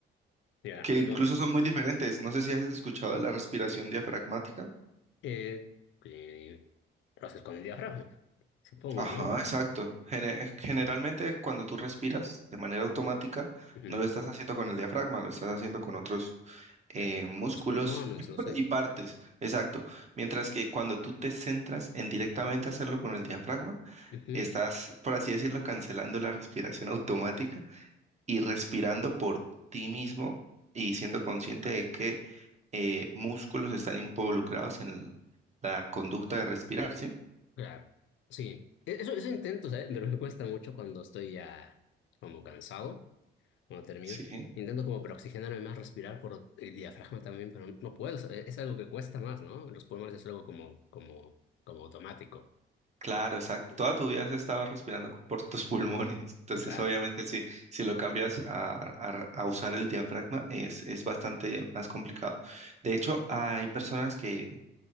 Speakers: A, on the left; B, on the right.
A: ya,
B: que
A: pero
B: incluso
A: no.
B: son muy diferentes. No sé si has escuchado de la respiración diafragmática.
A: Eh, eh, lo haces con el diafragma, supongo,
B: Ajá,
A: ¿no?
B: exacto. Gene- eh, generalmente cuando tú respiras de manera automática,
A: Ujú,
B: no lo estás haciendo con el diafragma, lo estás haciendo con otros eh,
A: sí,
B: músculos
A: Con los pulmones,
B: <clears throat>
A: no sé.
B: <laughs> y partes. Exacto. Mientras que cuando tú te centras en directamente hacerlo con el diafragma,
A: Ujú,
B: estás, por así decirlo, cancelando la respiración automática y respirando por ti mismo y siendo consciente de qué eh, músculos están involucrados en el- la conducta de respirar, ¿sí?
A: Claro, sí. E- Eso, eso intento, ¿sabes? Pero me cuesta mucho cuando estoy ya como cansado, cuando termino.
B: Sí,
A: Intento como para oxigenarme más, respirar por el diafragma también, pero no puedo. o sea, e-, Es algo que cuesta más, ¿no? Los pulmones es algo como, como, como automático.
B: claro, exacto.
A: Sí.
B: Toda tu vida has estado respirando <laughs> por tus pulmones. Entonces,
A: Claro.
B: obviamente, si, si lo cambias a, a- a usar el diafragma, es, es bastante más complicado. De hecho, hay personas que